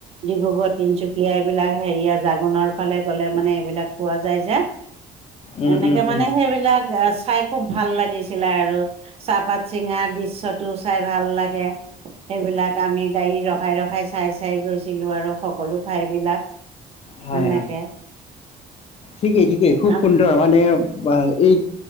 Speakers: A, on the right; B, on the left.
A: ডিব্ৰুগড়, তিনচুকীয়া এইবিলাক হেৰিয়া জাগোনৰ ফালে গ'লে মানে এইবিলাক পোৱা যায় যে।
B: উম
A: এনেকে
B: উম উম
A: মানে সেইবিলাক চাই খুব ভাল লাগিছিলে আৰু চাহপাত চিঙাৰ দৃশ্যটো চাই ভাল লাগে। সেইবিলাক আমি গাড়ী ৰখাই, ৰখাই চাই, চাই গৈছিলোঁ আৰু সকলো ঠাইবিলাক।
B: হয়
A: এনেকে।
B: হয়। ঠিকেই, ঠিকেই খুব
A: আম
B: সুন্দৰ, মানে বা এই